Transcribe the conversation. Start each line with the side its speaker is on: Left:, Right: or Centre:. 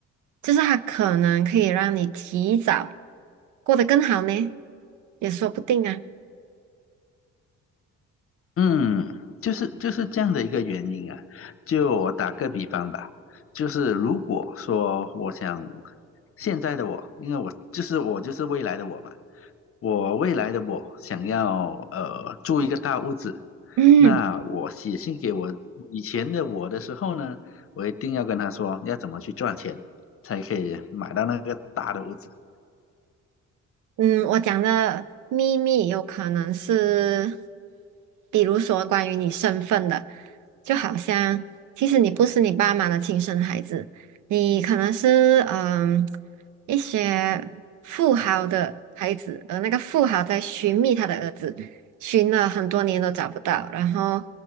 Right: 就是它可能可以让你提早过得更好呢，也说不定啊。
Left: 嗯，就是就是这样的一个原因啊。就我打个比方吧，就是如果说我想现在的我，因为我就是我就是未来的我嘛，我未来的我想要呃住一个大屋子，
Right: 嗯。
Left: 那我写信给我以前的我的时候呢，我一定要跟他说要怎么去赚钱才可以买到那个大的屋子。
Right: 嗯，我讲的秘密有可能是，比如说关于你身份的，就好像其实你不是你爸妈的亲生孩子，你可能是嗯一些富豪的孩子，而那个富豪在寻觅他的儿子，寻了很多年都找不到，然后